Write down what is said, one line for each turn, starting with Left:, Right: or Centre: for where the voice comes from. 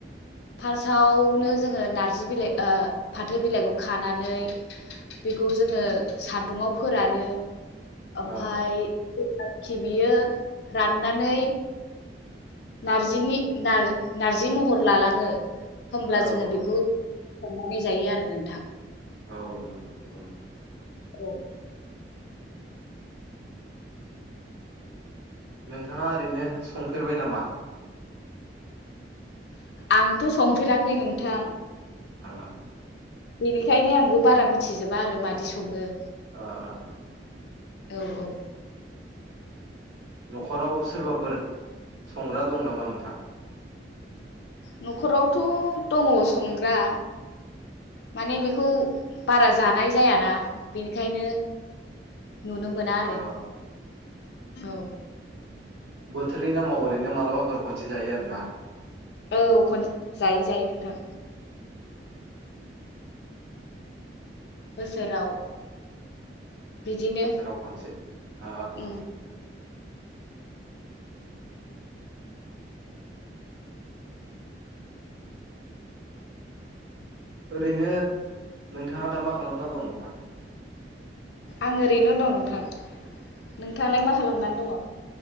Left: फार्स्टआवनो जोङो नार्जि बिलाइ ओ फाथो बिलाइखौ खानानै बेखौ जोङो सादुंआव फोरानो। ओमफाय
Right: औ
Left: <unintelligible> बियो राननानै नारजिनि नार नार्जि महर लालाङो होमब्ला
Right: औ
Left: जोङो
Right: औ
Left: बेखौ
Right: नोंथां
Left: <unintelligible> जायो आरो नोंथां।
Right: औ नंगौ नंगौ नोंथां नंगौ।
Left: औ।
Right: नोंथाङा ओरैनो संफेरबाय नामा?
Left: आंथ' संफेराखै नोंथां।
Right: ओ
Left: बेनिखायनो आंबो बारा मिथिजोबा आरो मादि सङो?
Right: ओ ओ।
Left: औ औ।
Right: न'खराव सोरबाफोर संग्रा दं नामा नोंथां?
Left: न'खरावथ' दङ संग्रा। माने बेखौ बारा जानाय जायाना बेनिखायनो नुनो मोना आरो
Right: ओ
Left: औ।
Right: बोथोरनि नामाव ओरैनो मालाबाफोर खनसे जायो आरोना।
Left: औ खन जायो जायो नोंथां बोसोराव। बिदिनो
Right: बोथोराव खनसे ओ ओ
Left: उम
Right: नोंथां ओरैनो नोंथाङा दा मा खालामना दं नोंथां?
Left: आं ओरैनो दं नोंथां। नोंथाङालाय मा खालामनानै दङ?